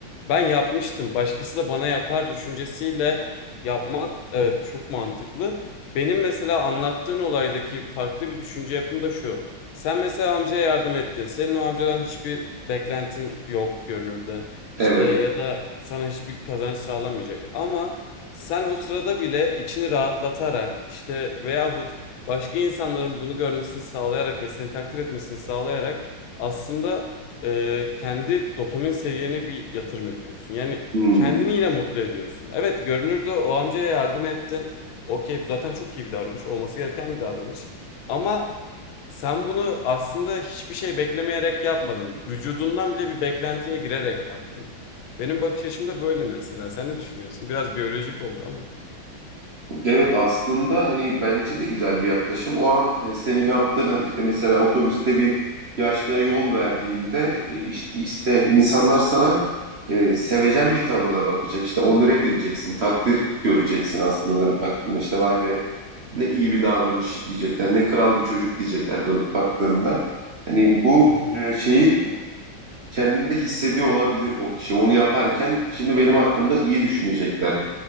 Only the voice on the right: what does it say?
Evet.
Hmm.
Evet aslında hani bence de güzel bir yaklaşım. O an e, senin yaptığın harekete mesela otobüste bir yaşlıya yol verdiğinde e, işte, işte insanlar sana e, sevecen bir tavırda bakacak. İşte onore edileceksin, takdir göreceksin aslında dönüp baktığında. İşte vay be ne iyi bir davranış diyecekler, ne kral bir çocuk diyecekler dönüp baktığında. Hani bu
e, şeyi kendinde hissediyor olabilir o kişi. Onu yaparken şimdi benim hakkımda iyi düşünecekler